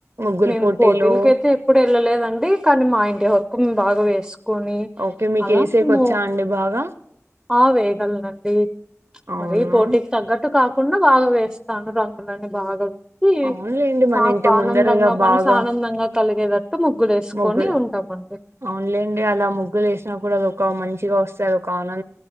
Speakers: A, on the right; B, in the centre.
A: ముగ్గులు
B: మేము
A: పోటీలు
B: పోటీలకైతే ఎప్పుడు వెళ్ళలేదండి కానీ మా ఇంటి వరకు మేము బాగా వేసు కొని
A: ఓకే మీకు
B: అలా
A: వేసేకి
B: మేము
A: వచ్చా అండి బాగా
B: ఆ వేయగలనండి
A: అవును
B: మరి పోటీకి తగ్గట్టు కాక కుండా బాగా వేస్తాను రంగులని బాగా రుద్ది
A: అవునులేండి మన
B: మాకు
A: ఇంటి
B: ఆనందంగా
A: ముందరగా
B: మనసు
A: బాగా
B: ఆనందంగా కలిగేటట్టు ముగ్గు లేసుకొని
A: ముగ్గులు
B: ఉంటామంతే
A: అవునులేండి అలా ముగ్గులు యేసినా కూడా అది ఒక మంచిగా వస్తది ఒక ఆనంద